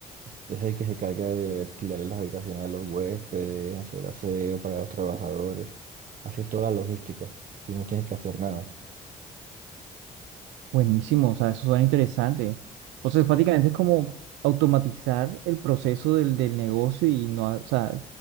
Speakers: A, on the right; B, on the right.
A: es el que se encarga de alquilarle las habitaciones a los huéspedes, hacer aseo para los trabajadores, hace toda la logística. Tú no tienes que hacer nada.
B: Buenísimo, o sea, eso suena interesante. O sea, es prácticamente es como automatizar el proceso del, del negocio y no, ha- o sea,